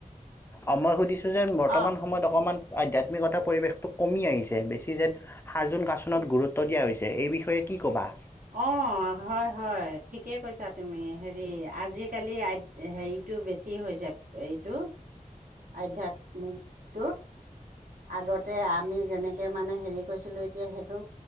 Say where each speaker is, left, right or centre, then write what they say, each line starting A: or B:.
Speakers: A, on the left; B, on the right.
A: অ মই সুধিছো যে বৰ্তমান
B: অ
A: সময়ত অকমান আধ্যাত্মিকতাৰ পৰিৱেশটো কমি আহিছে বেছি যেন সাজোন কাচোনত গুৰুত্ব দিয়া হৈছে এই বিষয়ে কি ক'বা
B: অ হয় হয় ঠিকেই কৈছা তুমি হেৰি আজিকালি আ হেৰিটো বেছি হৈছে এইটো আধ্যাত্মিক টো আগতে আমি যেনেকে মানে হেৰি কৰিছিলো এতিয়া সেইটো